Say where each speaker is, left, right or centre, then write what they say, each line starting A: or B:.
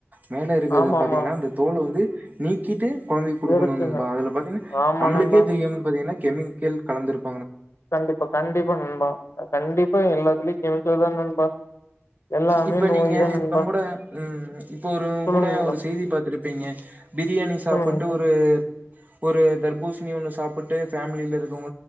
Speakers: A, on the right (about 35°); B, on the left (about 75°).
A: மேல இருக்குறத
B: ஆமா
A: பாத்தீங்கன்னா
B: ஆமா
A: அந்த தோல் வந்து நீக்கிட்டு கொழந்தைக்கி குடுக்கணு
B: இருக்குங்க
A: நண்பா அதுல பாத்தீங்னா
B: ஆமா
A: நம்மளுக்கே
B: நண்பா
A: தெரியாம பாத்தீங்னா கெமிக்கல் கலந்திருக்
B: கண்டிப்பா கண்டிப்பா நண்பா கண்டிப் இப்பயு எல்லாத்துலயு கெமிக்கல் தா நண்பா எல்லாமே
A: இப்ப
B: நோய்
A: நீங்க
B: தா நண்பா
A: இப்பங் கூட ம் இப்ப ஒருங்
B: சொல்லுங்க
A: கூட
B: நண்பா
A: ஒரு செய்தி பாத்திருப்பிங்க பிரியாணி சாப்புட்டு
B: சொல்லுங்க நண்பா
A: ஒரு ஒரு தர்பூசணி ஒண்ணு சாப்பிட்டு ஃபேமிலி ல இருக்